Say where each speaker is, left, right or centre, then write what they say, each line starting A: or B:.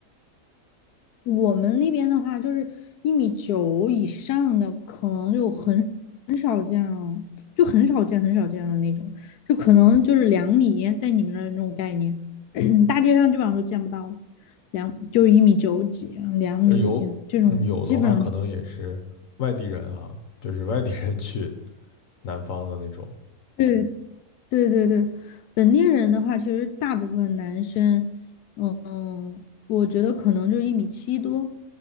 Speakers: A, on the left; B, on the left.
A: 我们那边的话，就是一米九以上的，可能就很很少见了，就很少见、很少见的那种，就可能就是两米，在你们那儿那种概念，<clears throat> <coughs> 大街上基本上都见不到了。两就是一米九几、两米这种，
B: 呃有嗯有的话可能也是外地人啊，
A: 基本上
B: 就是外地人去南方的那种，
A: 对对对对，本地人的话，其实大部分男生，嗯，我觉得可能就一米七多，